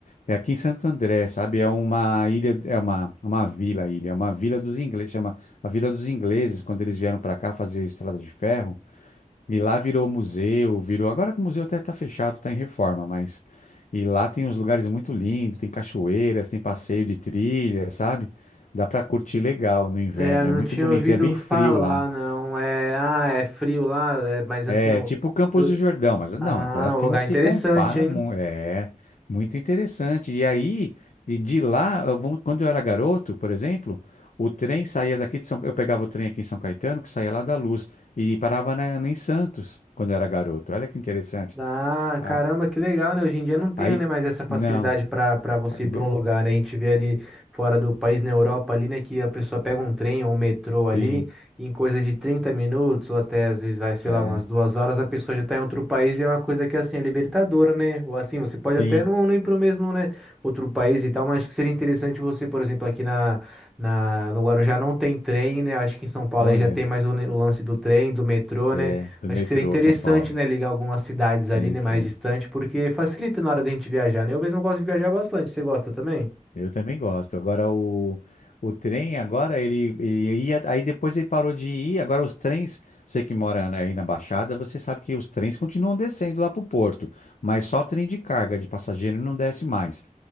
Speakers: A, on the left; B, in the centre.
A: É aqui em Santo André, sabe? É uma ilha, é uma, uma vila, ilha, é uma vila dos ingleses, chama a Vila dos Ingleses, quando eles vieram para cá fazer estrada de ferro. E lá virou museu, virou. Agora o museu até está fechado, está em reforma, mas. E lá tem uns lugares muito lindos, tem cachoeiras, tem passeio de trilha, sabe? Dá para curtir legal no inverno,
B: É, não
A: é muito
B: tinha
A: bonito
B: ouvido
A: e é bem
B: falar,
A: frio lá.
B: não. É, ah, é frio lá, é, mas assim,
A: É
B: o-
A: tipo Campos
B: do-
A: do Jordão, mas
B: ah,
A: não, é claro
B: um
A: que
B: lugar
A: não se
B: interessante,
A: compara.
B: hein?
A: mu- É muito interessante. E aí, e de lá, eu vou- quando eu era garoto, por exemplo, o trem saía daqui de São, eu pegava o trem aqui em São Caetano, que saía lá da Luz e parava na, em Santos quando eu era garoto. Olha que interessante.
B: Ah,
A: Ah,
B: caramba, que legal, né? Hoje em dia não tenho,
A: Aí,
B: né, mais essa facilidade
A: não,
B: para para você
A: Ago-
B: ir para um lugar, né? A gente vê ali fora do país, na Europa ali, né, que a pessoa pega um trem ou um metrô
A: sim,
B: ali, e em coisa de 30 minutos ou até às vezes vai, sei
A: é,
B: lá, umas duas horas, a pessoa já tá em outro país e é uma coisa que assim é libertadora, né? Ou assim, você pode até
A: sim.
B: não, não ir para o mesmo, né, outro país e tal, mas acho que seria interessante você, por exemplo, aqui na, na no Guarujá não tem trem, né? Eu acho que em São Paulo
A: Olha,
B: aí já tem mais o, ne- o lance do trem, do metrô,
A: é
B: né?
A: do
B: Acho
A: metrô
B: que seria interessante,
A: São Paulo.
B: né, ligar algumas cidades
A: Sim,
B: ali, né,
A: sim.
B: mais distante, porque facilita na hora da gente viajar, né? Eu mesmo gosto de viajar bastante. Você gosta também?
A: Eu também gosto. Agora o, o trem, agora ele, ele ia, aí depois ele parou de ir. Agora os trens, você que mora na- aí na Baixada, você sabe que os trens continuam descendo lá para o porto, mas só trem de carga, de passageiro não desce mais.